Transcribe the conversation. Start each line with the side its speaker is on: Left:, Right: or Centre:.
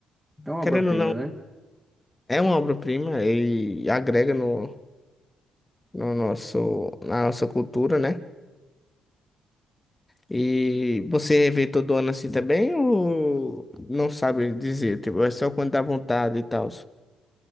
Centre: É uma
Left: querendo
Centre: obra-prima,
Left: ou não,
Centre: né?
Left: é uma obra-prima e agrega no, no nosso, na nossa cultura, né? E você rever todo ano assim também, ou não sabe dizer? Tipo, é só quando dá vontade e tal.